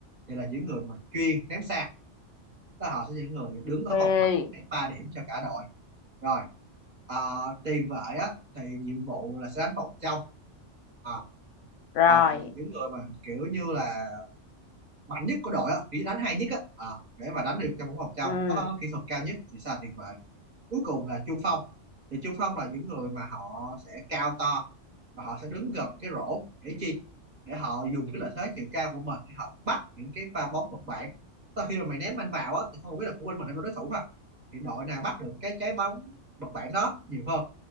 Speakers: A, on the right (about 35°); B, on the left (about 80°).
A: thì là những người mà chuyên ném xa tức là họ sẽ là những người đứng ở
B: ok
A: vòng ngoài ném 3 điểm cho cả đội rồi ờ, tiền vệ á thì nhiệm vụ là sẽ đánh vòng trong à,
B: rồi
A: rồi và là những người mà kiểu như là mạnh nhất của đội á kiểu như đánh hay nhất á Ờ, để mà đánh được cho bóng vòng trong
B: ừ
A: có kỹ thuật cao nhất thì sẽ là tiền vệ cuối cùng là trung phong thì trung phong là những người mà họ sẽ cao to và họ sẽ đứng gần cái rổ để chi để họ dùng cái lợi thế chiều cao của mình để họ bắt những cái pha bóng vật bản sau khi mà mày ném anh vào á thì không biết là của bên mình hay bên đối thủ mà thì đội nào bắt được cái trái bóng vật bản đó nhiều hơn